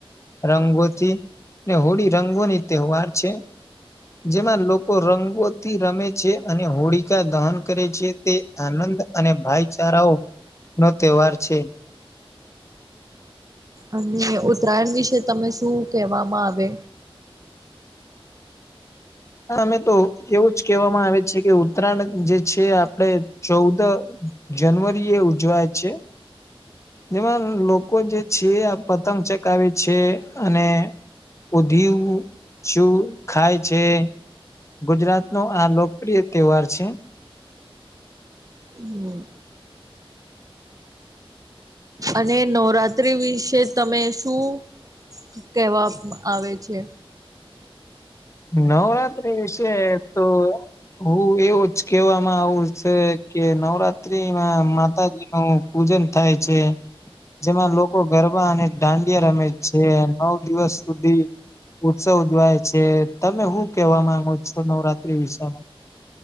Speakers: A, on the left; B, on the right.
A: રંગોથી હોળી રંગોની તહેવાર છે જેમાં લોકો રંગોથી રમે છે અને હોળકાા દહન કરે છે તે આનંદ અને ભાઈચારાઓ નો તહેવાર છે
B: અને ઉત્તરાયણ વિશે તમે શું કહેવામાં આવે
A: હ અમે તો એવું જ કહેવામાં આવે છે કે ઉત્તરાયણ જે છે આપડ ચૌદ જનવરી એ ઉજવાય છે જેમાં લોકો જે છે આ પતંગ ચકાવે છે અને ઉધી શું ખાય છે ગુજરાત નો આ લોકપ્રિય તહેવાર છે
B: હમ અને નવરાત્રી વિશે તમે શું કહેવા આવે છે
A: નવરાત્રી વિશે તો હું એવું જ કેહેવામાં આવું છે કે નવરાત્રીમાં મા માતાજી નું પૂજન થાય છે જેમાં લોકો ગરબા અને દાંડિયા રમે છે નવ દિવસ સુધી ઉત્સવ ઉજવાય છે તમે શું કેવા માંગો છો નવરાત્રી વિષમાં